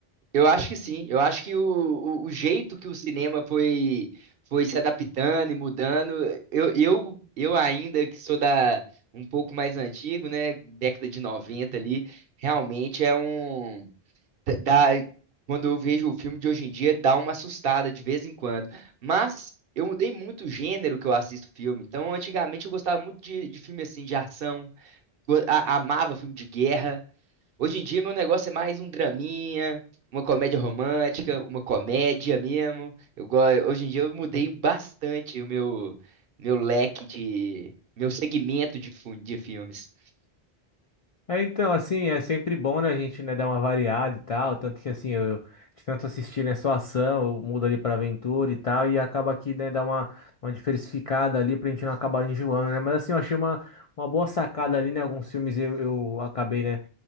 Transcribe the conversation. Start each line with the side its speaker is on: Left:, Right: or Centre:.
Right: Eu acho que sim, eu acho que o, o, o jeito que o cinema foi, foi se adaptando e mudando, eu, eu, eu ainda que sou da um pouco mais antigo, né, década de 90 ali, realmente é um dá, quando eu vejo o filme de hoje em dia, dá uma assustada de vez em quando. Mas eu mudei muito o gênero que eu assisto filme. Então, antigamente eu gostava muito de, de filme assim de ação go- a- amava filme de guerra. Hoje em dia, meu negócio é mais um draminha, uma comédia romântica, uma comédia mesmo. Eu, go- hoje em dia, eu mudei bastante o meu, meu leque de. Meu segmento de, fu- de filmes.
Left: É, então, assim, é sempre bom, né, a gente, né, dar uma variada e tal. Tanto que, assim, eu de tanto assistir, né, só ação, eu mudo ali pra aventura e tal. E acaba que, né, dá uma, uma diversificada ali pra gente não acabar enjoando, né? Mas, assim, eu achei uma, uma boa sacada ali, né? Alguns filmes eu, eu acabei, né?